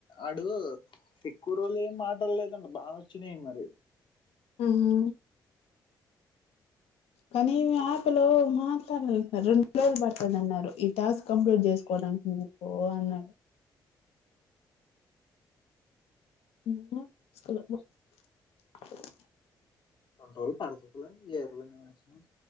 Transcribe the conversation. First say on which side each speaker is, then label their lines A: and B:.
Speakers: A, on the left; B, on the left.
A: అడు ఎక్కువ రోజులు ఏమి మాటడలేదండి. బానే వచ్చినాయి మరి.
B: ఉహు కానీ యాప్ లో మాట్లాడినంక రెండు రోజులు పడుతది అన్నారు. ఈ టాస్క్ కంప్లీట్ చేసుకోవడానికి మీకు అన్నారు. <unintelligible> మ
A: కొన్ని రోజులు పడుతది <unintelligible>